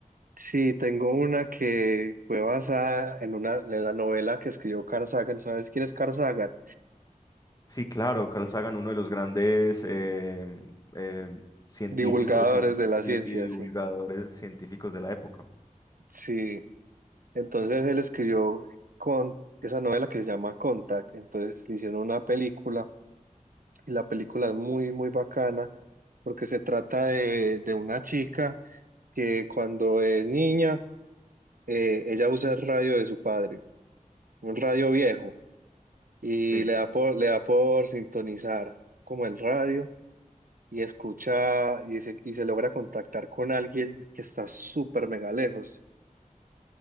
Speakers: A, on the right (about 80°); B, on the left (about 25°).
A: Sí, tengo una que fue basada en una, en la novela que escribió Carl Sagan. ¿Sabes quién es Carl Sagan?
B: Sí, claro, Carl Sagan, uno de los grandes em, em, científicos
A: Divulgadores
B: y,
A: de la
B: y
A: ciencia,
B: y divulgadores
A: sí.
B: científicos de la época.
A: Sí. Entonces él escribió con esa novela que se llama Contact. Entonces le hicieron una película y la película es muy, muy bacana porque se trata de, de una chica que cuando es niña, eh, ella usa el radio de su padre, un radio viejo, y
B: Sí.
A: le da por, le da por sintonizar como el radio y escucha y se, y se logra contactar con alguien que está súper mega lejos.